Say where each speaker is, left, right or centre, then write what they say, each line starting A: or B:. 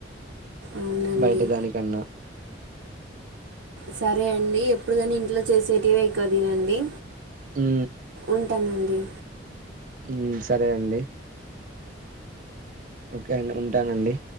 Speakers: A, on the right; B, on the right.
A: అవునండి
B: బయట దానికన్నా
A: సరే అండి ఎప్పుడు కాని ఇంట్లో చేసేటివే ఎక్కువ తినండి
B: ఉ
A: ఉంటానండి
B: ఇన్ సరే అండి ఓకే అండి ఉంటా నండి